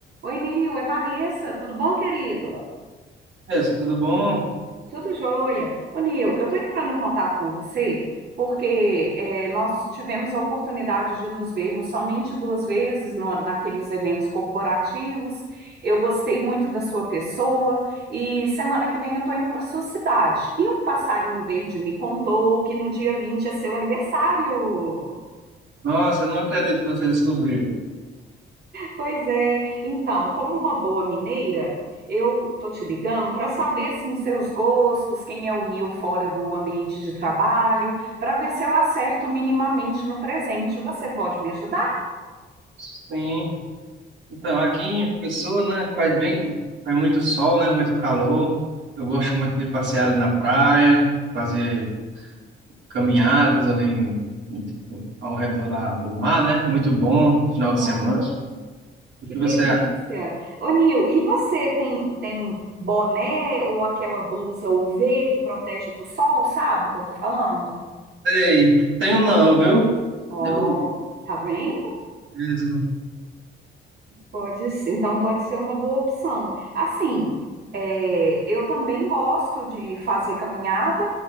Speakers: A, on the right; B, on the right.
A: Oi, Nil, é Vanessa, tudo bom, querido?
B: Isso, tudo bom?
A: Tudo jóia. Ô, Nil, eu estou entrando em contato com você porque eh, nós tivemos a oportunidade de nos vermos somente duas vezes no- naqueles eventos corporativos. Eu gostei muito da sua pessoa e semana que vem eu estou indo para sua cidade. E um passarinho verde me contou que no dia 20 é seu aniversário.
B: Nossa, eu não acredito que você descobriu.
A: Pois é. Então, como uma boa mineira, eu tô te ligando para saber assim, seus gostos, quem é o Nil fora do ambiente de trabalho, para ver se eu acerto minimamente no presente. Você pode me ajudar?
B: Sim. Então, aqui em Pessoa, né, faz bem, faz muito sol, né, muito calor. Eu gosto muito de passear ali na praia, fazer caminhadas ali em- em- ao redor da, do mar, né? Muito bom, final de
A: Ah,
B: semana. O
A: que
B: que
A: delícia!
B: você acha?
A: Ô, Nil, e você tem, tem boné ou aquela blusa U V que protege do sol, sabe o que eu tô falando?
B: Ei, tenho não, viu?
A: Ó,
B: Eu,
A: tá vendo?
B: eu,
A: Pode, s- então pode ser uma boa opção. Assim, é, eu também gosto de fazer caminhada